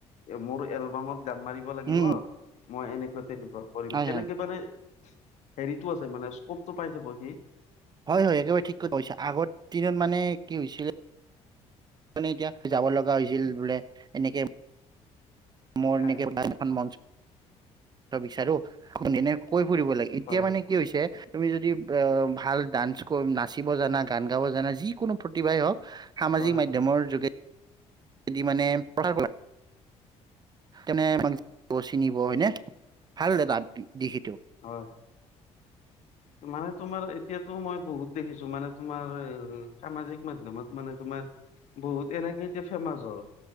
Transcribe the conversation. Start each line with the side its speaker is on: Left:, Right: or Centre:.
Left: মোৰ এলবামক গান গাই লাগিব
Right: উম
Left: মই এনেকুৱা তেনেকুৱা কৰিম
Right: হয়
Left: তেনেকে
Right: হয়
Left: মানে হেৰিটো আছে মানে স্কপটো পাই যাব সি
Right: হয় হয় একেবাৰে ঠিক কৰিছা আগৰ দিনত মানে কি হৈছিলে মানে এতিয়া যাব লগা হৈছিল বোলে এনেকে মোৰ
Left: হয়
Right: এনেকে এখন মঞ্চ বিচাৰো এনেকৈ কৈ ফুৰিব লাগে এতিয়া
Left: হয়
Right: মানে কি হৈছে তুমি যদি ভাল ডান্স নাচিব জানা গান গাব জানা যিকোনো প্ৰতিভাই হওঁক সামাজিক
Left: হয়
Right: মাধ্যমৰ যোগেদি মানে প্ৰ তেনে আমাক চিনিব হয়নে ভাল এটা দিশটো
Left: হয় মানে তোমাৰ এতিয়াতো মই বহুত দেখিছো মানে তোমাৰ সামাজিক মাধ্যমত মানে তোমাৰ বহুতে তেনেকে এতিয়া ফেমাচ হ'ল